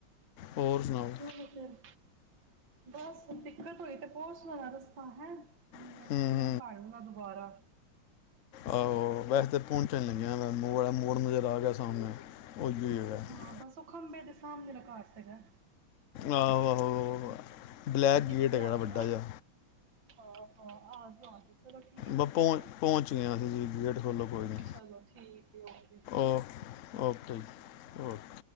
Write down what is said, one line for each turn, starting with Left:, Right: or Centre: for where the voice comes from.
Left: ਹੋਰ ਸੁਣਾਓ
Right: ਚਲੋ ਫਿਰ ਬਸ ਦਿੱਕਤ ਹੋਈ ਤੇ ਬਹੁਤ ਸੋਹਣਾ ਰਸਤਾ ਹੈ। ਮੈਨੂੰ
Left: ਹਮ, ਹਮ,
Right: ਫੋਨ ਕਰ ਲੂਂਗਾ ਦੁਬਾਰਾ
Left: ਆਹ ਵੈਸੇ ਪਹੁੰਚਣ ਲਗਿਆ ਮੋੜ, ਮੋੜ ਨਜ਼ਰ ਆ ਗਿਆ ਸਾਹਮਣੇ ਹੀ ਹੈਗਾ
Right: ਹਾਂ, ਬਸ ਉਹ ਖੰਭੇ ਦੇ ਸਾਮਣੇ ਮੇਰਾ ਘਰ ਸਿਘੈ
Left: ਆਹੋ, ਆਹੋ ਬਲੈਕ
Right: ਵਿਕ
Left: ਗੇਟ
Right: ਗਿਆ
Left: ਕਿਹੜਾ
Right: ਹੋਣਾ
Left: ਵੱਡਾ
Right: ਨਾ
Left: ਜਿਹਾ
Right: ਹਾਂ, ਹਾਂ ਆ ਜਾਓ ਆ ਜਾਓ ਚਲੋ ਠੀਕ
Left: ਬ
Right: ਹੈ ਫਿਰ
Left: ਪਹੁੰਚ
Right: ਹੈ
Left: ਪਹੁੰਚ ਗਿਆ, ਹਾਂ ਅਸੀਂ ਜੀ ਗੇਟ ਖੋਲੋ ਕੋਈ ਨਹੀਂ,
Right: ਚਲੋ ਠੀਕ ਹੈ ਓਕੇ
Left: ਓ ਓਕੇ ਜੀ। ਓਕ